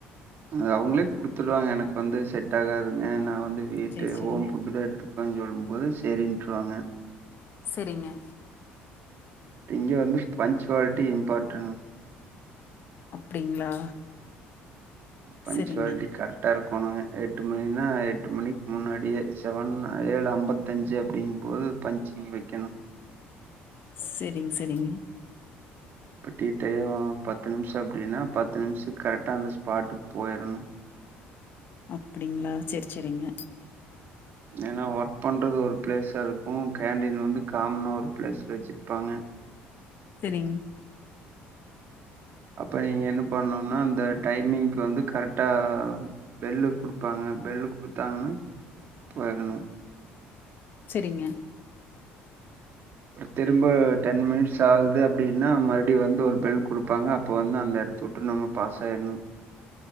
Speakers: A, on the right; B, on the left.
A: அது அவங்களே குடுத்துறாங்க எனக்கு வந்து செட் ஆகாதுங்க நா வந்து வீட்டு
B: சேரி சேரிங்
A: ஹோம் ஃபுட்டு தா எடுத்து அ சொல்லும்போது செரின்னுட்டுருவாங்க
B: செரிங்க
A: இங்க வந்து பன்ச்வாலிட்டி இம்பார்ட்ட
B: அப்டிங்களா
A: பன்ச்சுவாலிட்டி
B: செரிங்க
A: கரெக்டா இருக்கு போனாங்க எட்டு மணின்னா எட்டு மணிக்கு முன்னாடியே செவன் ஏழு ஐம்பத்தஞ்சு அப்படிங்கும்போது பன்ச்சிங் வைக்கணு
B: செரிங்க செரிங்க
A: பட்டிட்டய பத்து நிமிஷம் அப்படின்னா பத்து நிமிஷத்துக்கு கரெக்டா அந்த ஸ்பாட்டுக்கு போயிறன்னு
B: அப்படிங்களா செரி செரிங்க
A: ஏன்னா ஒர்க் பண்றது ஒரு பிளேஸா இருக்கும் கேண்டீன் வந்து காமனா ஒரு பிளேஸ்ல வச் ச்சுபாங்க
B: செரிங்
A: அப்ப நீங்க என்ன பண்ணும்னா அந்த டைமிங்கு வந்து கரெக்டா பெல்லு கொடு குடுப்பாங்க பெல்லு குடுத்தாங்கனா போய்டணு
B: செரிங்க
A: திரும்ப டென் மினிட்ஸ் ஆகுது அப்டின்னா மறுபடி வந்து ஒரு பெல் குடுப்பாங்க அப்ப வந்து அந்த இடத்த விட்டு நம்ம பாஸ் ஆயிணு